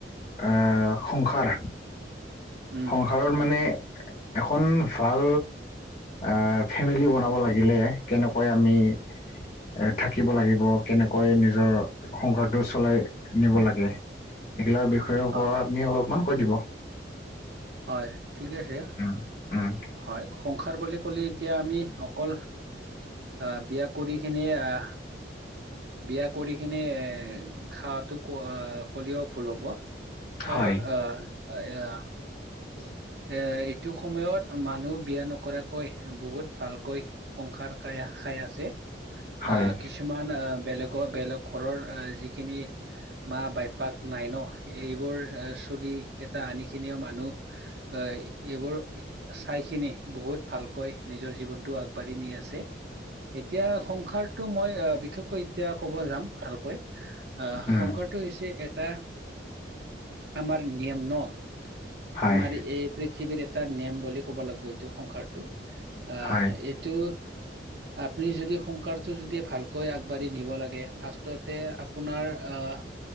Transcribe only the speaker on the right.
উম
হয়
হয় ঠিকে আছে
হয়, সংসাৰ বুলি কলে এতিয়া আমি অকল অ', বিয়া কৰি কিনি আহ বিয়া কৰি কিনে এ খাৱাতো ক কলেও ভুল হ'ব কাৰণ
আ, আহ
এ এইটো সময়ত মানুহ বিয়া নকৰাকৈ বহুত ভালকৈ সংসাৰ খাই খাই আছে আ,
কিছুমান আ, বেলেগৰ বেলেগ ঘৰৰ যিখিনি মা বাইপাক নাই ন' এইবোৰ চলি কেইটা আনিখিনিও মানুহ হয়, এইবোৰ চাই খিনি বহুত ভালকৈ নিজৰ জীৱনটো আগবাঢ়ি নি আছে এতিয়া সংসাৰ টো মই অ', বিশেষকৈ এতিয়া ক'ব যাম ভালকৈ আ,
সংসাৰটো হৈছে এটা আমাৰ নিয়ম ন'
আমাৰ এই পৃথিৱীৰ এটা নিয়ম বুলি ক'ব লাগব এইটো সংসাৰটো আ,
এই এইটো আপুনি যদি সংসাৰটো যদি ভালকৈ আগবাঢ়ি নিব লাগে ফাৰ্ষ ফাৰ্ষ্টতেই আপোনাৰ আহ